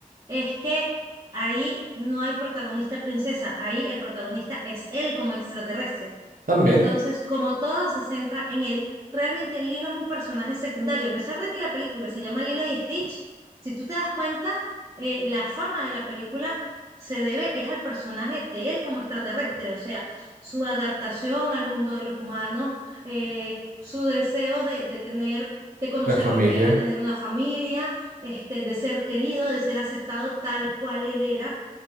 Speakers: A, on the right; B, on the right.
A: es que ahí no hay protagonista princesa, ahí el protagonista es él como extraterrestre.
B: También
A: Entonces, como todo se centra en él, realmente Lilo es un personaje secundario. A pesar de que la película se llama Lilo y Stitch, si tú te das cuenta, eh, la fama de la película se debe es al personaje de él como extraterrestre, o sea, su adaptación al mundo de los humanos, eh, su deseo de, de tener, de conocer
B: la familia.
A: lo que era tener una familia, este, de ser querido, de ser aceptado tal cual él era